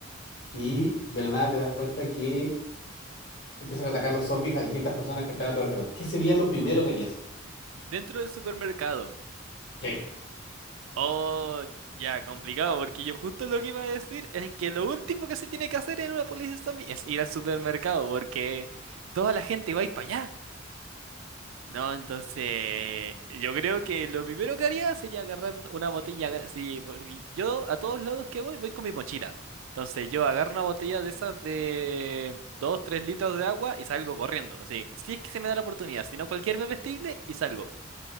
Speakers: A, on the left (about 60°); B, on the right (about 85°).
A: y de la nada te das cuenta que empiezan a atacar los zombies a distintas personas que están a tu alrededor. ¿Qué sería lo primero que harías?
B: Dentro del supermercado.
A: Ok.
B: Oh, ya, complicado, porque yo justo lo que iba a decir es que lo último que se tiene que hacer en una policía zombie es ir al supermercado, porque toda la gente va a ir para allá. No, entonces yo creo que lo primero que haría sería agarrar un- una botella, sí, porque yo a todos lados que voy voy con mi mochila. Entonces yo agarro una botella de esas de 2 3 litros de agua y salgo corriendo. Así, si es que se me da la oportunidad, si no cualquier bebestible y salgo.